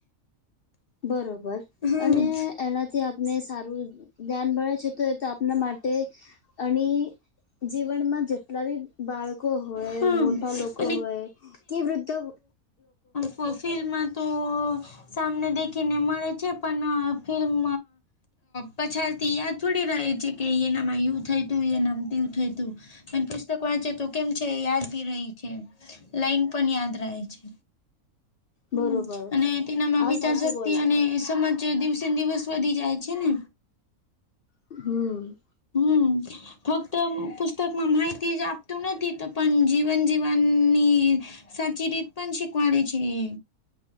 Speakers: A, on the left; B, on the left.
A: બરોબર
B: હમ્મ.
A: અને એના થી આપને સારું ધ્યાન મળે છે તો એ તો આપના માટે અણી જીવનમાં જેટલા બી બાળકો હોય,
B: હા
A: મોટા લોકો હોય, કે વૃદ્ધો
B: ફ ફિલ્માં તો સામને દેખીને મળે છે, પણ ફિલ્મ પછાડથી યાદ થોડી રહે છે કે યેનામાં યું થયુંતુ, યેનામાં તેવું થયુતું? પન પુસ્તક વાંચે તો કેમ છે, યાદ ભી રહી છે! લાઇન પન યાદ રહે છે. હમ,
A: બરોબર
B: અને તેનામાં
A: હા
B: વિચારસક્તિ
A: સાચું બોલવા
B: અને સમાચાર દિવસે દિવસ વધી જાય છે ને!
A: હમ
B: હમ ફક્ત પુસ્તકમાં માહિતી જ આપતું નથી, તો પન જીવન જીવનની સાચી રીત પન શીખવાડે છે એ.